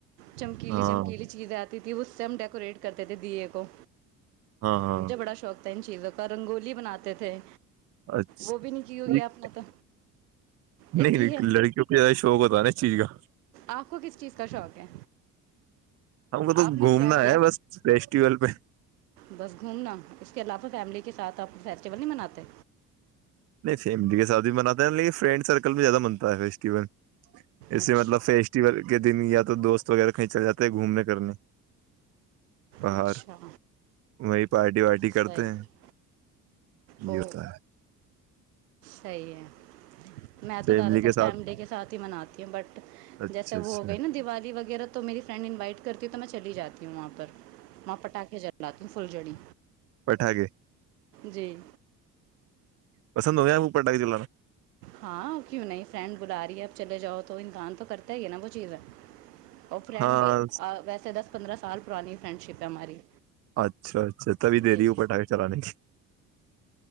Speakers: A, on the right; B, on the right.
A: چمکیلی
B: ہاں
A: چمکیلی چیزیں آتی تھیں وہ اسم ڈیکوریٹ کرتے تھے دی کو
B: ہاں ہاں
A: مجھے بڑا شوق ان چیزوں کا رنگولی بناتے تھے
B: اچھا
A: وہ بھی نہیں کی ہوگی
B: یک
A: آپ نے تو یہ
B: نہیں
A: کی ہے
B: لڑکیوں کو زیادہ شوق ہوتا نا اس چیز کا
A: آپ کو کس چیز کا شوق ہے
B: ہم کو تو
A: آپ نے
B: گھومنا
A: کیا کیا
B: ہے بس فیسٹیول پہ
A: بس گھومنا اس کے علاوہ فیملی کے کے ساتھ آپ فیسٹیول نہیں مناتے
B: نہیں فیملی کےاتھ مناتے ن لیکن فرینڈ سرکل میں زیادہ بنتا ہے ول ایسے
A: اچھا
B: مطلب فیسٹیول کے دن یا تو دوست وغیرہ کہیں چلاتے ہیں گھومنے کرنی پہاڑ
A: اچھا
B: وہی پارٹی وارٹی
A: صحیح
B: کرتے ہیں
A: اوہ
B: یہ ہوتا ہے
A: صحیح ہے میں تو
B: فیملی
A: زیادہ تر
B: کے ساتھ
A: فیملی کے ساتھ ہی مناتی ہوں بٹ
B: اچھا
A: جیسے وہ
B: اچھا
A: ہو گئی نا دیوالی وغیرہ تو میری فرینڈ انوائٹ کرتی تو میں چلی جاتی ہوں وہاں پر میں پٹاخے جللاات فھلجڑی
B: پٹھا گے
A: جی
B: پسند ہو گ یا پ ڈا کے جا
A: ہاں کیوں نہیں فرینڈ بلا رہی ہے اب چلے جاؤ تو انسان تو کرتا ہے ہی نا وہ چیز ہے اور فرینڈ
B: ہاں
A: بھی ویسے دس پندرہ سال پرانی فرینڈ شپ ہے ہماری
B: اچھا اچھا تبھی دے
A: جی
B: رہی ہو
A: جی
B: پٹاخے چلانے